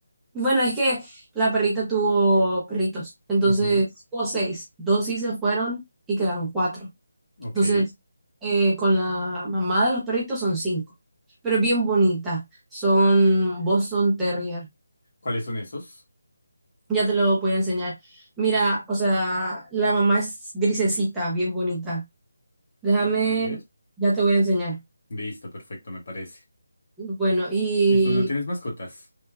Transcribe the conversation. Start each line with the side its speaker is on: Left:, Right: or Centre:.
Centre: Bueno, es que la perrita tuvo perritos. Entonces,
Left: Ujú,
Centre: o seis. Dos sí se fueron y quedaron cuatro.
Left: ok.
Centre: Entonces, eh, con la mamá de los perritos son cinco. Pero es bien bonita. Son Boston Terrier.
Left: ¿Cuáles son esos?
Centre: Ya te lo voy a enseñar. Mira, o sea, la mamá es grisecita, bien bonita. Déjame,
Left: A ver.
Centre: ya te voy a enseñar.
Left: Listo, perfecto, me parece.
Centre: Bueno, y
Left: ¿Y tú no tienes mascotas?